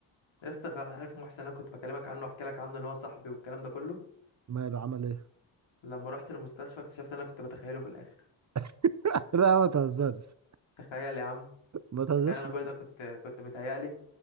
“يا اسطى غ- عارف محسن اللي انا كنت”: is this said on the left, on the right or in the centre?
Left